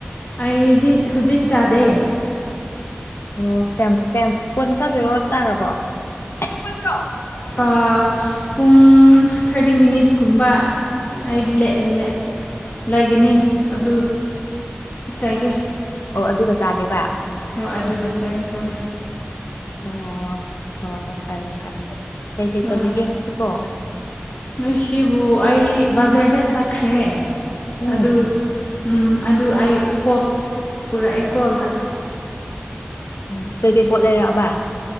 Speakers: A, on the left; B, on the left.
A: ꯑꯩꯗꯤ ꯍꯧꯖꯤꯛ ꯆꯥꯗꯦ
B: ꯑꯣ ꯀꯩꯌꯥꯝ ꯀꯩꯌꯥꯝ ꯀꫭꯟꯅ ꯆꯥꯗꯣꯏꯔꯣ ꯆꯥꯈ꯭ꯔꯥꯕꯣ ꯄꯑꯣ <unintelligible>
A: ꯑꯥ ꯄꯨꯡ ꯊꯥꯔꯇꯤ ꯃꯤꯅꯤꯠꯁ ꯀꯨꯝꯕ ꯑꯩ ꯏꯂꯦ <unintelligible> ꯏꯜꯂꯦ <unintelligible> ꯂꯩꯒꯅꯤ ꯑꯗꯨ ꯆꯥꯒꯦ
B: ꯑꯣ ꯑꯗꯨꯒ ꯆꯥꯒꯦꯕ
A: ꯍꯣꯏ ꯑꯗꯨꯒ ꯆꯥꯒ‌ꯦ ꯍꯣꯏ
B: ꯑꯣ ꯍꯣꯏ ꯍꯣꯏ ꯐꯔꯦ ꯐꯔꯦ ꯀꯩꯀꯩ
A: ꯍꯣꯏ
B: ꯇꯧꯕꯤꯒꯦ ꯉꯁꯤꯕꯣ
A: ꯉꯁꯤꯕꯨ ꯑꯩ ꯕꯖꯥꯔꯗ ꯆꯠꯈ꯭ꯔꯦ
B: ꯎꯝ
A: ꯑꯗꯨ ꯎꯝ ꯑꯗꯨ ꯑꯩ ꯄꯣꯠ ꯄꯨꯔꯛꯑ‌ꯦꯀꯣ ꯂꯥꯛ
B: ꯎꯝ ꯀꯩꯀꯩ ꯄꯣꯠ ꯂꯩꯔꯛꯑꯕ